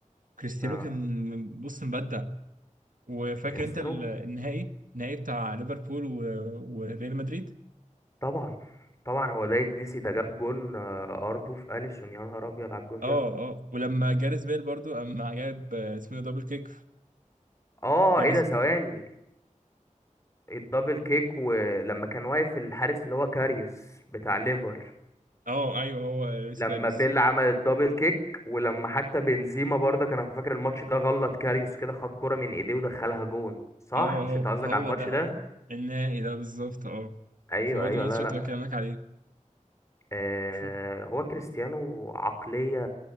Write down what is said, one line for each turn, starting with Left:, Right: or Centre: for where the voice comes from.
Right: كريستيانو
Left: آه،
Right: كان بص مبدع وفاكر
Left: كريستيانو
Right: انت ال- النهائي النهائي بتاع ليفربول و- وريال مدريد
Left: طبعا طبعا هو ده يتنسي ده جاب جون ار 2 في اليسون يا نهار ابيض على الجون
Right: اه
Left: ده
Right: اه ولما جاريث بيل برضو اما جاب آه، اسمه إيه ده، دبل كيك في
Left: اه
Right: جاريث
Left: ايه ده ثواني
Right: بيل.
Left: الدبل كيك ولما كان واقف الحارس اللي هو كاريوس بتاع ليفر
Right: اه ايوه هو لويس
Left: لما
Right: كاريس
Left: بيل عمل الدبل كيك ولما حتى بنزيما برضه كان أنا فاكر الماتش ده غلط كاريوس كده خد كرة من ايديه ودخلها جون صح
Right: اه
Left: مش
Right: هو
Left: انت قصدك
Right: هو
Left: على الماتش
Right: ده
Left: ده
Right: النهائي ده بالظبط اه
Left: ايوه
Right: فهو
Left: ايوه
Right: ده الماتش
Left: لا
Right: اللي
Left: لا
Right: كنت بكلمك عليه
Left: آه،
Right: ف...
Left: هو كريستيانو عقلية